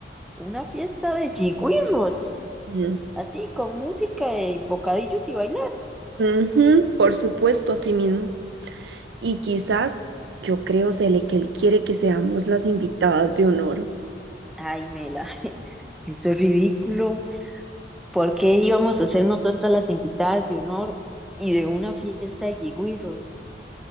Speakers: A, in the centre; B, on the right (about 75°).
A: Una fiesta de jigüirros.
B: Mm.
A: Así, con música y bocadillos y bailar.
B: Ujú, por supuesto, así mismo. Y quizás, yo creo, Cele, que él quiere que seamos las invitadas de honor.
A: Ay, Mela, <laughs> eso es ridículo. ¿Por qué íbamos a ser nosotras las invitadas de honor y de una fiesta de jigüirros?